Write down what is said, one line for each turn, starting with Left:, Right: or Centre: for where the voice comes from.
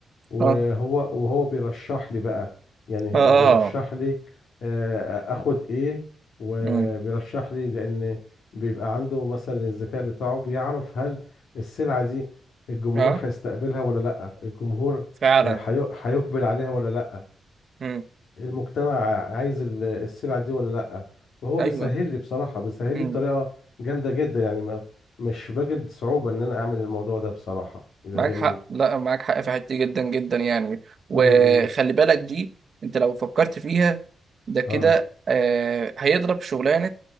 Left: وهو
Right: اه
Left: وهو بيرشح لي بقى يعني
Right: اه اه
Left: بيرشح لي آه، اخد ايه وبيرشح
Right: امم
Left: لي لان بيبقى عنده مثلا الذكاء بتاعه بيعرف هل السلعة دي الجمهور
Right: اه
Left: هيستقبلها ولا لا الجمهور
Right: فعلا
Left: آه، هي- هيقبل عليها ولا لا
Right: امم
Left: المجتمع عايز ال- السلعة دي ولا لأ فهو
Right: ايوه
Left: بيسهل لي بصراحة بيسهل
Right: إمم.
Left: لي بطريقة جامدة جدا يعني ما مش بجد صعوبة إن أنا أعمل الموضوع ده بصراحة يبقى
Right: معاك
Left: جميل
Right: حق لا معاك حق في حتة دي جدا جدا يعني وخلي
Left: امم
Right: بالك دي انت لو فكرت فيها ده كده
Left: اه
Right: آه هيضرب شغلانة